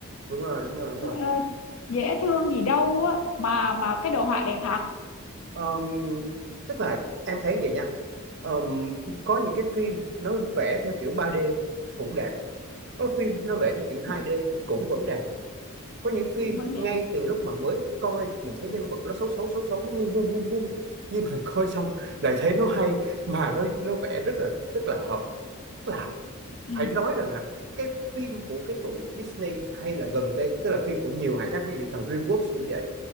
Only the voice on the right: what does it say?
đúng rồi đúng rồi đúng
rồi
Ờm, tức là em thấy vậy nha Ờm, có những cái phim nó vẽ theo kiểu 3D cũng đẹp có phim nó vẽ theo kiểu 2D
cũng vẫn đẹp có những phim
ngay từ lúc mà mới coi mình thấy nhân vật nó xấu xấu xấu xấu nó ngu ngu ngu ngu nhưng mà <laughs> coi xong lại thấy nó hay mà nó nó vẽ rất là rất là hợp tức là
phải nói rằng là cái cái phim của cái tụi Disney hay là gần đây tức là phim của nhiều hãng khác ví dụ như thằng DreamWorks cũng vậy